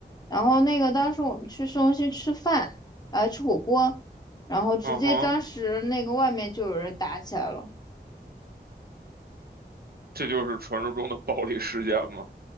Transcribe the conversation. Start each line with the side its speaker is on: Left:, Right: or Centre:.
Left: 然后那个当时我们去市中心吃饭，呃，吃火锅，然后直接当时那个外面就有人打起来了。
Right: 嗯哼，这就是传说中的暴力事件吗？